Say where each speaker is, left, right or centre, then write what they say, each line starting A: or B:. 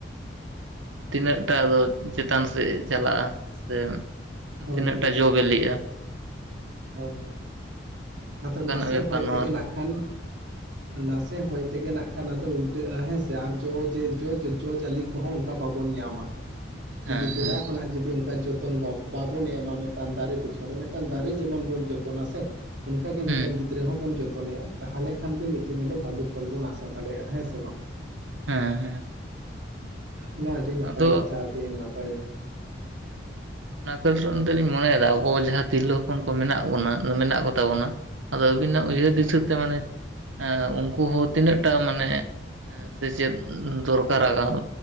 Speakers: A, on the right (about 80°); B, on the right (about 70°).
A: ᱛᱤᱱᱟᱹᱜ ᱴᱟ ᱫᱚ ᱪᱮᱛᱟᱱ ᱥᱮᱫ ᱪᱟᱞᱟᱜᱼᱟ ᱥᱮ
B: ᱦᱳᱭ
A: ᱛᱤᱱᱟᱹᱜ
B: ᱦᱳᱭ
A: ᱴᱟᱜ
B: ᱦᱳᱭ
A: ᱡᱚᱼᱵᱮᱞᱮᱜᱼᱟ
B: ᱦᱳᱭ ᱟᱫᱚ
A: ᱚᱱᱠᱟᱱᱟᱜ
B: ᱱᱟᱥᱮ
A: ᱵᱮᱯᱟᱨ
B: ᱦᱚᱭ
A: ᱱᱚᱣᱟ
B: ᱛᱮᱜᱮ ᱱᱟᱦᱟᱜ
A: ᱨᱮᱦᱚᱸ
B: ᱠᱷᱟᱱ ᱱᱟᱥᱮ ᱦᱚᱭ ᱛᱮᱜᱮ ᱱᱟᱦᱟᱜ ᱠᱷᱟᱱ ᱟᱫᱚ ᱩᱞᱴᱟᱹᱜᱼᱟ ᱦᱮᱸᱥᱮ ᱟᱨ ᱡᱚ ᱡᱟᱹᱛ
A: ᱦᱩᱸ,
B: ᱡᱚᱼ ᱡᱟᱹᱞᱤ ᱠᱚ ᱦᱚᱸ ᱚᱱᱠᱟ ᱵᱟᱵᱚᱱ ᱧᱟᱢᱟ ᱡᱩᱫᱤ
A: ᱦᱮᱸ
B: ᱜᱚᱲᱟ
A: ᱦᱮᱸ
B: ᱠᱷᱚᱱᱟᱜ ᱡᱩᱫᱤ ᱚᱱᱠᱟ ᱡᱚᱛᱚ ᱡᱚᱛᱚᱱ ᱵᱟ... ᱵᱟᱵᱚᱱ ᱮᱢᱟ ᱢᱤᱫᱴᱟᱝ ᱫᱟᱨᱮ ᱯᱤᱪᱷᱚᱱ ᱨᱮ ᱢᱤᱫᱴᱟᱝ ᱫᱟᱨᱮ ᱡᱮᱢᱚᱱ ᱵᱚᱱ ᱡᱚᱛᱚᱱᱼᱟ ᱥᱮ ᱛᱚ.... ᱚᱱᱠᱟ ᱜᱮ
A: ᱦᱩᱸ
B: ᱢᱤᱫᱴᱮᱝ ᱜᱤᱫᱽᱨᱟᱹ ᱦᱚᱸᱵᱚᱱ ᱡᱚᱛᱚᱱᱮᱭᱟ ᱛᱟᱦᱚᱞᱮ ᱠᱷᱟᱱ ᱜᱮ ᱢᱤᱫ ᱫᱤᱱ ᱦᱤᱞᱚᱜ ᱵᱷᱟᱜᱮ ᱯᱷᱚᱞ ᱵᱚᱱ ᱟᱥᱟ ᱫᱟᱲᱮᱭᱟᱜᱼᱟ ᱦᱮᱸ ᱥᱮ ᱵᱟᱝ
A: ᱦᱮᱸ ᱦᱮᱸ
B: ᱚᱱᱟ ᱟᱹᱰᱤ ᱱᱟᱯᱟᱭ
A: ᱟᱫᱚ
B: ᱠᱟᱛᱷᱟ ᱟᱹᱰᱤ ᱱᱟᱯᱟᱭ
A: ᱚᱱᱟ ᱠᱷᱚᱞ <unintelligible> ᱫᱚᱞᱤᱝ ᱢᱚᱱᱮᱭᱮᱫᱟ ᱟᱵᱚ ᱡᱟᱦᱟᱸ ᱛᱤᱨᱞᱟᱹ ᱦᱚᱯᱚᱱ ᱠᱚ ᱢᱮᱱᱟᱜ ᱵᱚᱱᱟ ᱢᱮᱱᱟᱜ ᱠᱚ ᱛᱟᱵᱚᱱᱟ ᱟᱫᱚ ᱟᱵᱤᱱᱟᱜ ᱩᱭᱦᱟᱹᱨ
B: ᱦᱮᱸ
A: ᱫᱤᱥᱟᱹ ᱛᱮ ᱢᱟᱱᱮ ᱮᱸ ᱩᱱᱠᱩ ᱦᱚᱸ ᱛᱤᱱᱟᱹᱜᱴᱟᱜ ᱢᱟᱱᱮ ᱥᱮᱪᱮᱫ ᱫᱚᱨᱠᱟᱨᱟ ᱟᱠᱟᱱᱟ᱾